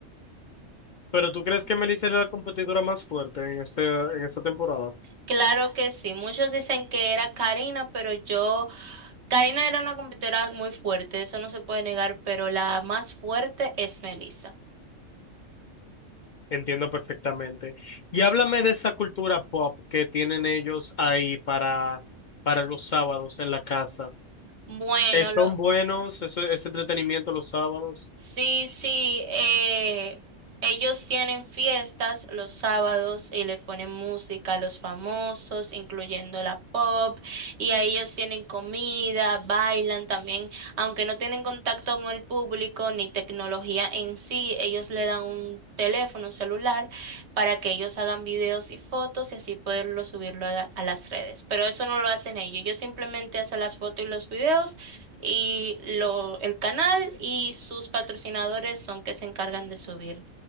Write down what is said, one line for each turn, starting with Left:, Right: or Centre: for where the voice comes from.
Left: Pero ¿tú crees que Melissa es la competidora más fuerte en este, en esta temporada?
Right: Claro que sí, muchos dicen que era Karina, pero yo, Karina era una competidora muy fuerte, eso no se puede negar, pero la más fuerte es Melissa.
Left: Entiendo perfectamente. Y háblame de esa cultura pop que tienen ellos ahí para, para los sábados en la casa.
Right: Bueno,
Left: Eh, ¿Son buenos? ¿Eso es entretenimiento los sábados?
Right: Sí, sí, eh, ellos tienen fiestas los sábados y le ponen música a los famosos, incluyendo la pop, y a ellos tienen comida, bailan también, aunque no tienen contacto con el público ni tecnología en sí, ellos le dan un teléfono, un celular, para que ellos hagan videos y fotos y así poderlo subirlo a, la- a las redes. Pero eso no lo hacen ellos, ellos simplemente hacen las fotos y los videos y lo, el canal y sus patrocinadores son que se encargan de subir